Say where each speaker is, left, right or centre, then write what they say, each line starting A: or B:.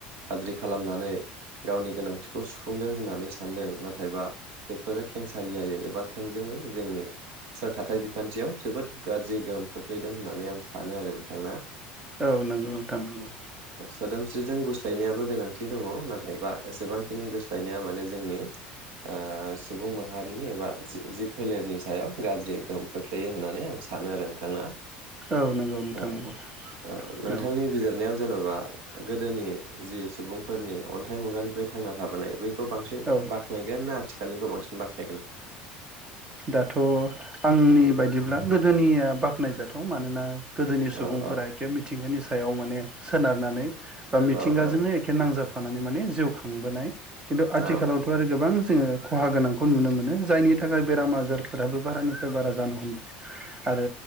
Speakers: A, on the right; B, on the right.
A: ग खालामनानै गावनि गोनांथिखौ सुफुंदों होननानै सानदों नाथाय बा बेफोर खेंसालियायै एबा थोंजोङै जोंनि सोर थाथाय बिखान्थि याव जोबोद गाज्रि बार बारमनडलनि सम्पद बेनि उनाव हाय आरो गोबां बायदि रोखोमनि सम्पद फोरखौ जोङो आद्रि खालामनानै गावनि गोनांथिखौ सुफुंदों होननानै सानदों। नाथायबा बेफोरो खेंसालियायै एबा थोंजोङै जोंनि सोर थाथाय बिखान्थियाव जोबोद गाज्रि गोहोम खोख्लैदों होननानै आं सानो। सानो आरो नोंथां ना?
B: औ नंगौ नोंथां नंगौ।
A: सादोमस्रिजों गुस्लायनायाबो गोनांथि दङ' नाथायबा एसेबांखिनि गोसो फायनाया माने जोंनि ओ सुबुंमोन हारिनि एबा जि जिब फोलेरनि । सायाव गाज्रि गोहोम । खोख्लैयो होननानै आं सानो आरो नोंथां ना ।
B: औ नंगौ नोंथां
A: औ
B: नंगौ
A: औ नोंथांनि
B: औ
A: बिजिरनायाव जेन'बा गोदोनि जि सुबुंफोरनि अन्थाइ मुगानिफ्राय थांना थाबोनाय बै खौ बांसिन
B: औ
A: बाख्नायगोन ना आथिालनि गोबांसिन बाथ्रा ।
B: दाथ' आंनि बायदिब्ला गोदोनिया बाख्नायजाथाव मानोना गोदोनि सुबुंफोरा
A: औ औ
B: एखे मिथिंगानि सायाव माने सो सोनारनानै बा मिथिंगाजोंनो
A: औ
B: एखे नांजाब थानानै माने जिउ खांबोनाय खिन्थु आथिखालावथ'
A: औ
B: आरो गोबां जोङो खहा गोनांखौ नुनो मोनो । जायनि थाखाय बेराम आजारफोराबो बारानिफ्राय बारा जानो हमदों । आरो